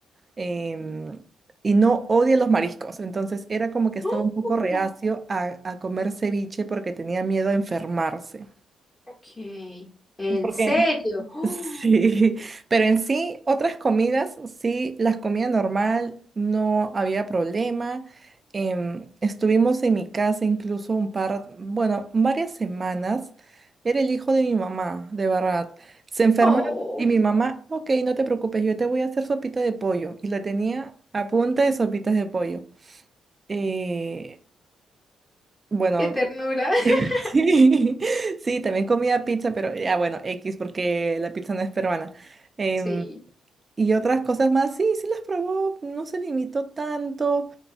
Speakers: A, on the right; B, on the left.
A: em, y no odia los mariscos. Entonces era como que estaba
B: ¡Oh!
A: un poco reacio a, a comer ceviche porque tenía miedo a enfermarse.
B: Ok, ¿en
A: ¿Por
B: serio?
A: qué? <laughs>
B: ¡Oh!
A: Sí, pero en sí, otras comidas, sí, las comidas normal, no había problema. Em, estuvimos en mi casa incluso un par, bueno, varias semanas. Era el hijo de mi mamá, de verdad. Se enferma
B: ¡Oh!
A: y mi mamá, ok, no te preocupes, yo te voy a hacer sopita de pollo. Y la tenía a punta de sopitas de pollo. Eh, bueno,
B: ¡Qué ternura! <laughs>
A: <laughs> sí, sí, también comía pizza, pero ya bueno, X, porque la pizza no es peruana. Em,
B: Sí,
A: y otras cosas más, sí, sí las probó, no se limitó tanto.